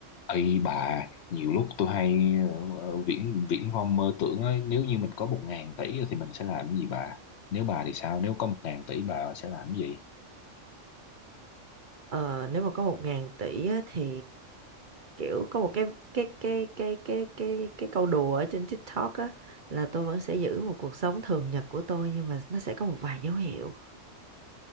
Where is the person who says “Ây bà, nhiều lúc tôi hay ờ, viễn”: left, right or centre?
Left